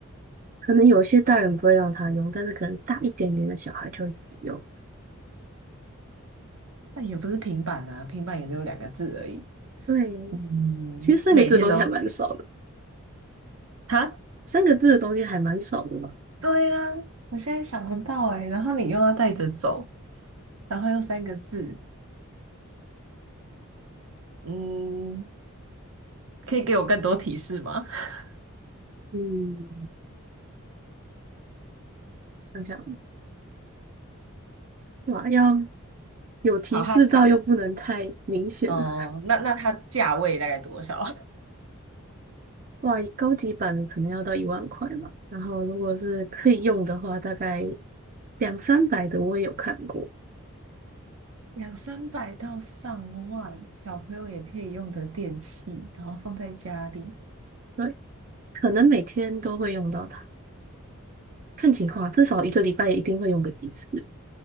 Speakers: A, on the right; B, on the right.
A: 可能有些大人不会让他用，但是可能大一点点的小孩就会自己用。
B: 那也不是平板啊，平板也只有两个字而已。
A: 对，
B: 嗯，
A: 其实三个字的东西还蛮少的，
B: 每天都哈？
A: 三个字的东西还蛮少的吧？
B: 对啊，我现在想不到哎、然后你又要带着走，然后又三个字，嗯，可以给我更多提示吗？<laughs>
A: 嗯，想想。哇，要有提示到又不能太明显了。
B: 好，它它哦、那那它价位大概多少？
A: 哇，高级版的可能要到一万块吧。然后如果是可以用的话，大概两三百的我也有看过。
B: <laughs> 两三百到上万，小朋友也可以用的电器，然后放在家里。
A: 对，可能每天都会用到它，看情况啊至少一个礼拜一定会用个几次。